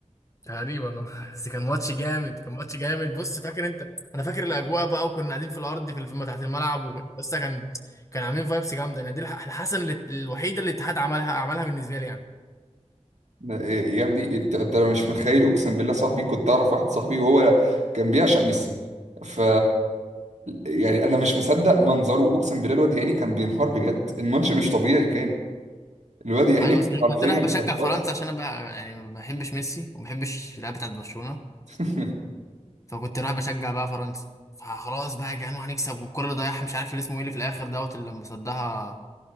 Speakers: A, on the left; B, on the right.
A: تقريبا آه. <laughs> بس كان ماتش جامد كان ماتش جامد بص فاكر انت انا فاكر الاجواء بقى وكنا قاعدين في الارض في الفيلم تحت الملعب وكان- بس كان كان عاملين فايبس جامده يعني دي الح- الحسن اللي- الوحيده اللي الاتحاد عملها عملها بالنسبه لي يعني
B: ده- إيه يا ابني انت انت مش متخيل اقسم بالله صاحبي كنت اعرف واحد صاحبي وهو كان بيعشق ميسي ف يعني انا مش مصدق منظره اقسم بالله الواد يا عيني كان بينهار بجد الماتش مش طبيعي كان الواد يا عيني
A: ايوه بس انا
B: حرفيا
A: كنت رايح بشجع
B: كان باظ
A: فرنسا عشان انا بقى يعني ما بحبش ميسي وما بحبش اللعيبه بتاعت برشلونه
B: <laughs>
A: فكنت رايح بشجع بقى فرنسا فخلاص بقى يا جدعان هنكسب والكره اللي ضيعها مش عارف اللي اسمه ايه اللي في الاخر دوت اللي لما صدها